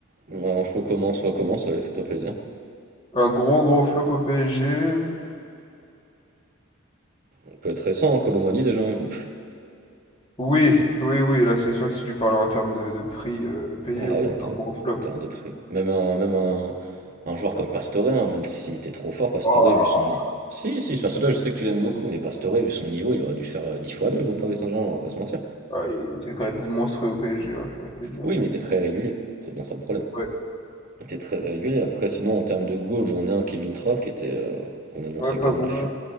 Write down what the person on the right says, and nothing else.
Ouais, je peux commencer, pas commencer, allez, fais-toi plaisir.
On peut être récent, hein, Colomani, déjà. hein, vu-
Ah
oui,
en termes,
en termes de prix. Même un, même un, un joueur comme Pastore, hein, même si t'es trop fort, Pastore,
vu son niveau. Si, si, c'est parce que toi, je sais que tu l'aimes beaucoup, mais Pastore, vu son niveau, il aurait dû faire euh, 10 fois mieux au Paris Saint-Germain, on va pas se mentir.
Oui, mais il était très régulier. C'est bien ça le problème.
Il était très régulier. Après, sinon, en termes de goal, j'en ai un, Kevin Trapp, qui était, euh, qu'on annonçait
comme
le fut.